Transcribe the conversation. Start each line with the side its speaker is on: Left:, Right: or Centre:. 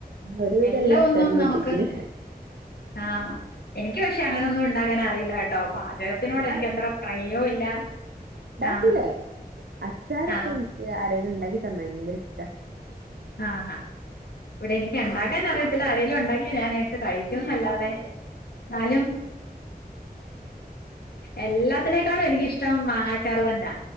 Right: ഒരുവിധം
Left: എല്ലാ
Right: അച്ചാറും
Left: ഒന്നും
Right: പൊട്ടിക്കല്
Left: നമുക്ക് ആഹ് എനിക്ക് പക്ഷെ അങ്ങനൊന്നും ഉണ്ടാക്കാൻ അറിയില്ല കേട്ടോ പാചകത്തിനോട്
Right: ഞാൻ
Left: എനിക്ക് അത്ര പ്രയോം ഇല്ല ആഹ്
Right: ക്കൂലേ അച്ചാറൊക്കെ
Left: ആഹ്
Right: നിക്ക് അരേല് ഇണ്ടാക്കിത്തന്നാ ങ്കര ഇഷ്ടാ
Left: ആഹ്ഹാ ഇവിടെ എനിക്ക് ഒണ്ടാക്കാൻ അറിയത്തില്ല ആരേലുഒണ്ടാക്കിയാ ഞാനേട്ത്ത് കഴിക്കുംന്നല്ലാതെ ന്നാലും എല്ലാത്തിനേക്കാളും എനിക്കിഷ്ടം മാങ്ങാച്ചാറ് തന്നാ